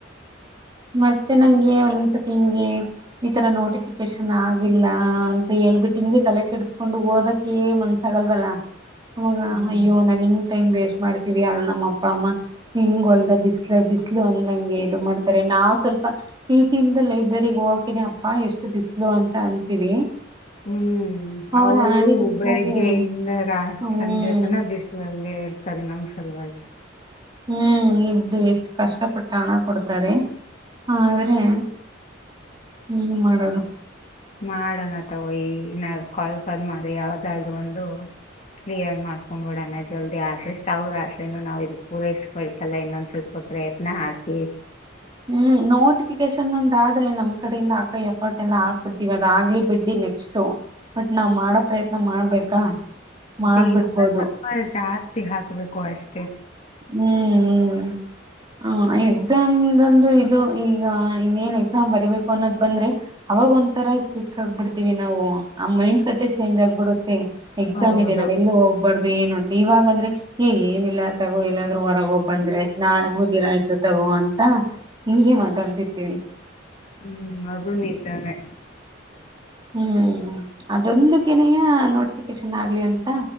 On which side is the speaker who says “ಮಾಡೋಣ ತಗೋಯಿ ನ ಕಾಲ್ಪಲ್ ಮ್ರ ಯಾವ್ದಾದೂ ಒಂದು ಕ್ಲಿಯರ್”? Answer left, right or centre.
Left